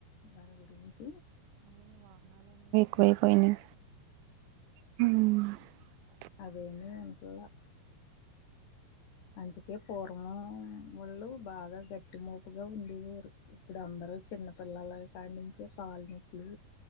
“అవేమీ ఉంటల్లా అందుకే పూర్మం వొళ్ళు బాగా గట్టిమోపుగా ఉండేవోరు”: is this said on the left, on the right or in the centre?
Left